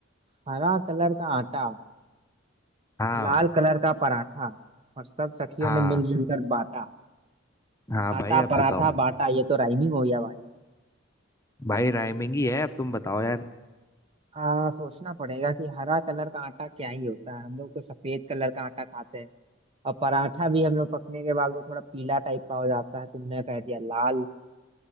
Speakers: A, on the right (about 30°); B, on the left (about 15°).
A: हरा कलर का आटा
B: हाँ
A: लाल कलर का पराठा और सब सखियों
B: हाँ
A: ने मिलजुल कर बांटा
B: हाँ
A: आटा
B: भाई अब
A: पराठा
B: बताओ
A: बाटा ये तो राइमिंग हो गया भाई
B: भाई राइमिंग ही है अब तुम बताओ यार
A: आ, सोचना पड़ेगा कि हरा कलर का आटा क्या ही होता है हम लोग तो सफेद कलर का आटा खाते हैं और पराठा भी हम लोग पकने के बाद वो थोड़ा पीला टाइप का हो जाता है तुमने कह दिया लाल